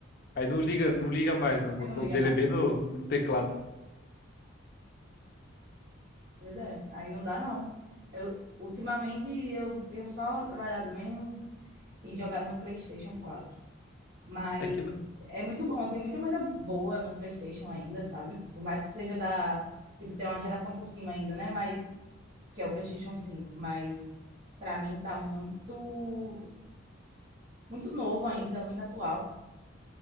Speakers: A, on the left; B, on the right.
A: aí não liga, não liga mais, né? O botão
B: Aí não liga
A: dele
B: mais.
A: é bem no, no teclado.
B: Pois é, aí não dá não. Eu, ultimamente eu tenho só trabalhado mesmo e jogado no PlayStation quatro Mas
A: É que não...
B: é muito bom, tem muita coisa boa no PlayStation ainda, sabe? Por mais que seja da, tipo, tem uma geração por cima ainda, né? Mas que é o PlayStation cinco mas pra mim tá muito muito novo ainda, muito atual.